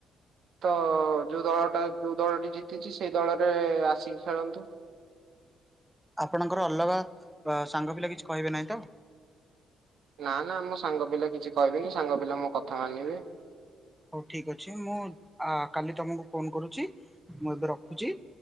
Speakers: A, on the right; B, in the centre.
A: ତ-ଅ-ଅ-ଅ ଯୋଉ ଦଳ ଟା ଯୋଉ ଦଳ ଟି ଜି ଜିତିଛି ସେଇ ଦଳରେ-ଏ-ଏ-ଏ ଆସିକି ଖେଳନ୍ତୁ।
B: ଆପଣଙ୍କର ଅଲଗା ଅ ସାଙ୍ଗ ପିଲା କିଛି କହିବେ ନାହିଁ ତ?
A: ନା ନା ମୋ ସାଙ୍ଗ ପିଲା କିଛି କହିବେନି ସାଙ୍ଗ ପିଲା ମୋ କଥା ମାନିବେ।
B: ହଉ ଠିକ୍ ଅଛି ମୁଁ ଆ କାଲି ତମକୁ ଫୋନ କରୁଛି ମୁଁ ଏବେ ରଖୁଛି।